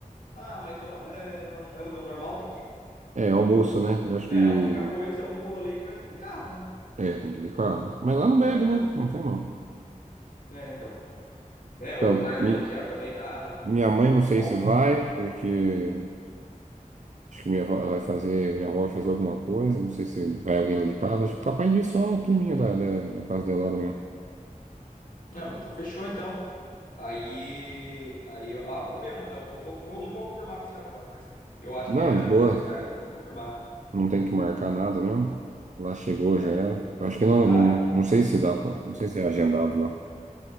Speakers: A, on the left; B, on the right.
A: Ah, mas então é, não é, é o meu normal daqui?
B: É, almoço, né? Eu acho
A: É,
B: que
A: a única coisa, o único rolê é que vai ter que ir de carro, né?
B: É, tem que ir de carro. Mas lá não bebe,
A: É,
B: né? Não faz mal.
A: é, então. É, eu,
B: Então,
A: mas
B: mi-
A: eu não quero também. Ah, não, mano,
B: minha
A: tô, tô,
B: mãe não
A: tô-
B: sei se vai, porque acho que minha avó, ela vai fazer, minha avó vai fazer alguma coisa, não sei se vai alguém lá de casa, acho que capaz de ir só a turminha da, da, da casa dela lá mesmo.
A: Não, mas então fechou, então. Aí, aí, ó, ah, vamos ver, eu vou, vou, vou- não vou confirmar pra você agora, mas eu acho
B: Não,
A: que é
B: de boa,
A: até mais tarde eu consigo confirmar.
B: não tem que marcar nada mesmo. Lá chegou,
A: É,
B: já era. Eu acho que não,
A: Ah,
B: não,
A: então.
B: não sei se dá, pra- não sei se é agendado lá.